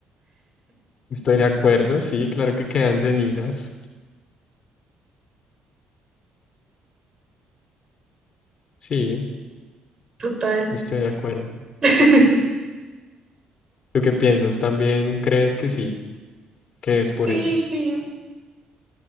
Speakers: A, on the left; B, on the right.
A: estoy de acuerdo, sí, claro que quedan cenizas. Sí,
B: total?
A: estoy de acuerdo.
B: <laughs>
A: ¿Tú qué piensas? ¿También crees que sí? ¿Que es por
B: Sí,
A: eso?
B: sí.